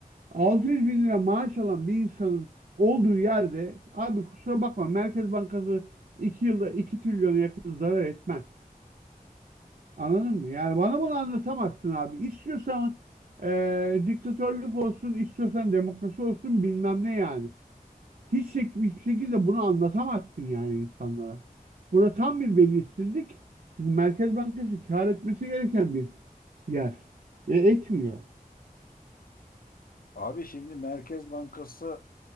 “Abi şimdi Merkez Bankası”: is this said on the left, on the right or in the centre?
Left